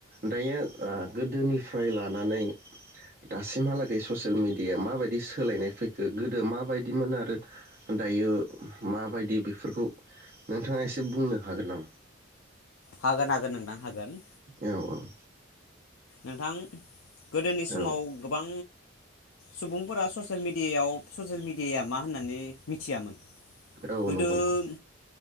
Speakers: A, on the right; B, on the left.
A: दायो ओ गोदोनिफ्राय लानानै दासिमहालाग जै ससियेल मिडियााया माबायदि सोलायनाय फैखो गोदो माबायदिमोन आरो दायो होम माबायदि बेफोरखौ नोंथाङा एसे बुंनो हागोन नामा
B: हागोन हागोन नोंथां हागोन
A: औ
B: नोंथां गोदोनि समाव
A: औ
B: गोबां सुबुंफोरा ससेल मिडियायाव ससेयेल मिडियाया मा होननानै मिथियामोन
A: औ
B: गोदो
A: नंगौ नंगौ